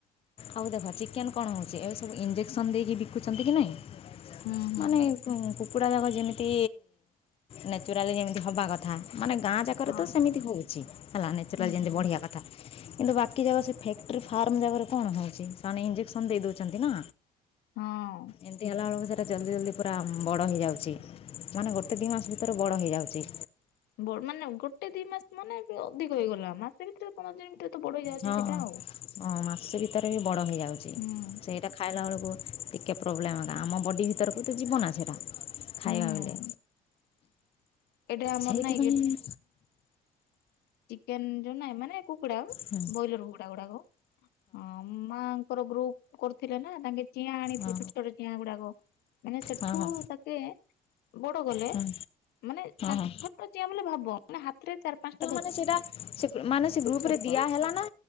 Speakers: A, on the left; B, on the left.
A: ଆଉ ଦେଖ ଚିକେନ୍ କଣ ହେଉଚି ଏସବୁ ଇଞ୍ଜେକ୍ସନ୍ ଦେଇକି ବିକୁଚନ୍ତିକି ନାଇଁ
B: ହୁଁ ହୁଁ
A: ମାନେ କୁକୁଡ଼ା ଯାକ ଯେମିତି ନ୍ୟାଚୁରାଲି ଯେମିତି ହବା କ ମାନେ ଗାଁ ଯାକରେତ
B: ହଁ
A: ସେମିତି ହଉଚି ହେଲା ନେଚୁରାଲ
B: ହୁଁ
A: ଯେମିତି
B: ହୁଁ
A: ବଢ଼ିବା କ କିନ୍ତୁ ବାକି ଯାକ ସେଫ୍ୟାକ୍ଟ୍ରି ଫାର୍ମ ଜାଗରେ କଣ ହେଉଚି ସେମାନେ ଇଞ୍ଜେକ୍ସନ୍ ଦେଇ ଦେଉଚନ୍ତିନା।
B: ହଁ।
A: ଏମିତି ହେଲାବେଳକୁ ସେରା ଜଲ୍ଦି ଜଲ୍ଦି ପୁରା ବଡ଼ ହେଇଯାଉଚି। ମାନେ ଗୋଟେ ଦି ମାସ ଭିତରେ ବଡ଼ ହେଇଯାଉଚି।
B: ବ ମାନେ ଗୋଟେ ଦି ମାସ ମାନେବି ଅଧିକ ହେଇଗଲା ମା ସେ ଭିତରେ ପନ୍ଦର ଦିନ ଭିତରେତ ବଡ଼ ହେଇଯାଉଚି
A: ହଁ
B: ସେଟା ଆଉ
A: ମାସେ ଭିତରେ ବି ବଡ଼ ହେଇଯାଉଛି
B: ହୁଁ।
A: ସେଇଟା ଖାଇଲା ବେଳକୁ ଟିକେ ପ୍ରୋବ୍ଲେମ୍ ଏକା ଆମ ବଡ଼ି ଭିତରକୁତ ଯିବନା ସେଟା। ଖାଇବା
B: ହୁଁ
A: ବଲେ
B: ଏଇଟା ଆମର
A: ସେଇଥିପାଇଁ
B: ନାଇଁ ଚିକେନ୍ ଯୋଉ ନାଇଁ ମାନେ କୁକୁଡ଼ା
A: ହଁ
B: ବ୍ରଏଲର୍ କୁକୁଡ଼ା ଗୁଡ଼ାକ ହଁ ମା ଙ୍କର ଗ୍ରୁପ୍ କରୁଥିଲେନା ତାଙ୍କେ ଚିଆଁ ଆଣିଥିଲେ
A: ହଁ
B: ଛୋଟ ଛୋଟ ଚିଆଁ ଗୁଡ଼ାକ ମାନେ ସେଠୁ
A: ହଁ ହଁ
B: ତା ସେ ବଡ଼ କଲେ
A: ହଁ
B: ମାନେ ଫାଷ୍ଟ
A: ହଁ
B: ଚିଆ ବୋଲେ ଭାବ ମାନେ ହାତରେ ଚାରି ପାଞ୍ଚ
A: ମାନେ ସେଟା ସେ ମାନେ ସେ ଗ୍ରୁପରେ
B: ଛୋଟ
A: ଦିଆ ହେଲାନା